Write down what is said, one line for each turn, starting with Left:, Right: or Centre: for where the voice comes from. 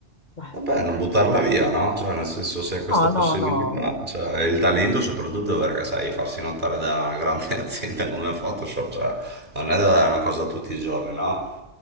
Left: beh,
Right: Vabbè, non buttarla via, no? Cioè, nel senso, se hai questa
Left: no,
Right: possibilità,
Left: no, no.
Right: cioè, e
Left: Sì,
Right: il talento
Left: sì, sì.
Right: soprattutto perché sai farsi notare da una grande <laughs> azienda come Photoshop, cioè, non è da- una cosa tutti i giorni, no?